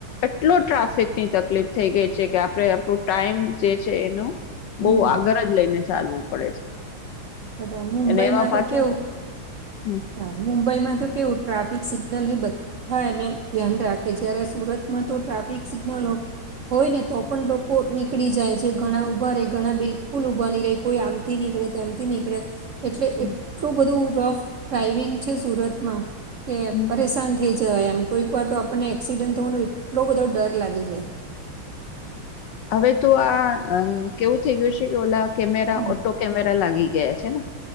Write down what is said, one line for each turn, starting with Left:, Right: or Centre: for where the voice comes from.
Left: એટલો ટ્રાફિકની તકલીફ થઈ ગઈ છે કે, આપડે આપણું ટાઈમ જે છે એનું
Right: હમ
Left: બઉ આગળ જ લઈને ચાલવું પડે છે.
Right: તા ત મુંબઈમાં
Left: અને એમાં
Right: તો
Left: પાછો
Right: કેવુંક
Left: હમ,
Right: હા. મુંબઈમાં તો કેવું ટ્રાફિક સિગ્નલ ની બધ થાય એને ધ્યાન રાખે. જ્યારે સુરતમાં તો ટ્રાફિક સિગ્નલો હોય ને તો પણ લોકો નીકળી જાય છે. ઘણા ઉભા રહે, ઘણા બિલકુલ ઊભા નહી રહે. કોઈ આમ થી નીકળે તેમથી નીક એટલે
Left: હમ,
Right: એટલું બધું રફ ડ્રાઈવિંગ છે સુરતમાં. કે
Left: હમ,
Right: પરેશાન
Left: હમ.
Right: થઈ જાવાય એમ. કોઈક વાર તો આપણને એક્સિડન્ટ થવાનો એટલો બધો ડર લાગી જાય.
Left: હવે તો આ કેવું થઈ ગયું છે કે, ઓલા કેમેરા,
Right: હમ,
Left: ઓટો કેમેરા લાગી ગયા છે ને.